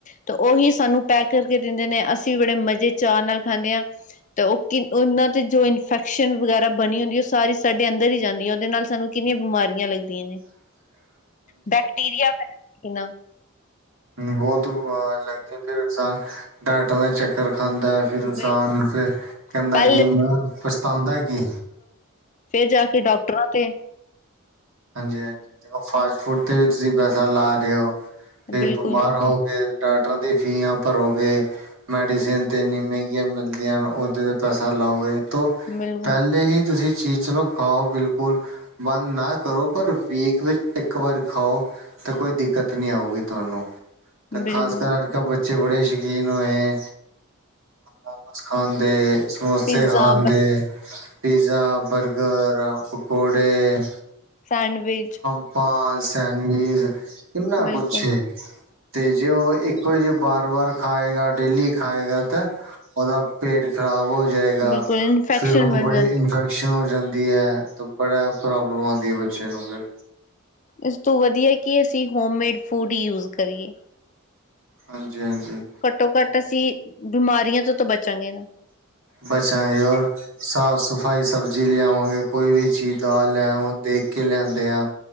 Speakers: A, on the left; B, on the right.
A: ਤਾਂ ਉਹੀ ਸਾਨੂੰ ਪੈਕ ਕਰਕੇ ਦਿੰਦੇ ਨੇ ਅਸੀਂ ਬੜੇ ਮਜ਼ੇ ਚਾਅ ਨਾਲ ਖਾਂਦੇ ਹਾਂ। ਤੇ ਉਹ ਕਿ ਉਹਨਾਂ ਤੇ ਜੋ ਇਨਫੈਕ ਇਨਫੈਕਸ਼ਨ ਵਗੈਰਾ ਬਣੀ ਹੁੰਦੀ ਉਹ ਸਾਰੀ ਸਾਡੇ ਅੰਦਰ ਹੀ ਜਾਂਦੀ ਹੈ, ਉਹਦੇ ਨਾਲ ਸਾਨੂੰ ਕਿੰਨੀਆਂ ਬਿਮਾਰੀਆਂ ਲੱਗਦੀਆਂ ਨੇ।
B: <inaudible> ਹ
A: ਬੈਕਟੀਰੀਆ ਫੈ ਕਿੰਨਾ
B: ਬਹੁਤ ਲੱਗਦੀ ਫਿਰ ਇਨਸਾਨ ਡਾਕਟਰਾਂ ਦਾ ਚੱਕਰ ਖਾਂਦਾ। ਫਿਰ ਇਨਸਾਨ
A: ਬਿਲਕੁਲ
B: ਫਿਰ ਕਹਿੰਦਾ
A: ਪਹਿਲੇ
B: ਕਿ ਮੈਂ ਪੱਛਤਾਉਂਦਾ ਕੀ
A: ਫੇਰ ਜਾ ਕੇ ਡਾਕਟਰਾਂ ਤੇ
B: ਹਾਂਜੀ ਹਾਂਜੀ ਦੇਖ ਫਾਸਟ ਫੂਡ ਤੇ ਵੀ ਤੁਸੀਂ ਪੈਸਾ ਲਾ ਰਹੇ ਹੋ ਵੀ
A: ਬਿਲਕੁਲ
B: ਬਿਮਾਰ ਹੋ ਕੇ। ਡਾਕਟਰਾਂ ਦੀਆਂ ਫੀਸਾ ਭਰੋਗੇ। ਮੈਡੀਸਿਨ ਤਾਂ ਇੰਨੀ ਮਹਿੰਗੀਆਂ ਮਿਲਦੀਆਂ ਉਹਦੇ ' ਪੈਸਾ ਲਾਓ ਤੋਂ
A: ਬਿਲਕੁਲ
B: ਪਹਿਲੇ ਹੀ ਤੁਸੀਂ ਚੀਜ਼ ਚਲੋ ਖਾਓ ਬਿਲਕੁੱਲ ਬੰਦ ਨਾ ਕਰੋ ਪਰ ਵੀਕ ਵਿੱਚ ਇੱਕ ਵਾਰੀ ਖਾਓ ਤਾਂ ਕੋਈ ਦਿੱਕਤ ਨੀ ਆਊਗੀ ਤੁਹਾਨੂੰ। ਤਾਂ
A: ਬਿਲਕੁਲ
B: ਖਾਸ ਕਰ ਅੱਜ ਕੱਲ ਬੱਚਾ ਬੱਚੇ ਬੜੇ ਸ਼ੌਕੀਨ ਹੋਏ। ਮੋਮਸ ਖਾਨ ਦੇ। ਸਮੋਸੇ
A: ਪੀਜ਼ਾ
B: ਖਾਂਣ ਦੇ। ਪੀਜ਼ਾ, ਬਰਗੱਰ, ਪਕੌੜੇ-
A: ਸੈਂਡਵਿਚ-
B: ਹਾਂ, ਸੈਂਡਵਿਚ ਕਿੰਨਾ
A: ਬਿਲਕੁਲ
B: ਕੁੱਛ ਹੈ। ਤੇ ਜੇ ਉਹ ਇੱਕੋ ਜੇ ਬਾਰ ਵਾਰ ਖਾਏਗਾ ਡੇਲੀ ਖਾਏਗਾ। ਤਾਂ ਉਹਦਾ ਪੇਟ ਖ਼ਰਾਬ ਹੋ ਜਾਏਗਾ।
A: ਬਿਲਕੁਲ ਇਨਫੈਕਸ਼ਨ
B: ਫਿਰ ਉਹਨੂੰ
A: ਬਣ
B: ਬੜੀ
A: ਜਾਂਦੀ
B: ਇਨਫੈਕਸ਼ਨ ਇਨਫੈਕਸ਼ਨ ਹੋ ਜਾਂਦੀ ਹੈ। ਤੇ ਬੜਾ ਪ੍ਰੋਬਲਮ ਆਉਂਦੀ ਹੈ ਬੱਚੇ ਨੂੰ ਫਿਰ
A: ਇਸ ਤੋਂ ਵਧੀਆ ਕਿ ਅਸੀਂ ਹੋਮਮੇਡ ਫੂਡ ਹੀ ਯੂਜ਼ ਕਰੀਏ।
B: ਹਾਂਜੀ- ਹਾਂਜੀ।
A: ਘੱਟੋ- ਘੱਟ ਅਸੀਂ ਬਿਮਾਰੀਆਂ ਤੋਂ ਤਾਂ ਬਚਾਂਗੇ ਨਾ।
B: ਬਚਾਂਗੇ। ਔਰ ਸਾਫ਼ -ਸਫ਼ਾਈ ਸਬਜ਼ੀ ਲਿਆਵਾਂਗੇ ਕੋਈ ਵੀ ਚੀਜ਼ ਦਾਲ ਲਿਆਵਾਂ ਦੇਖ ਕੇ ਲਿਆਦੇ ਆ।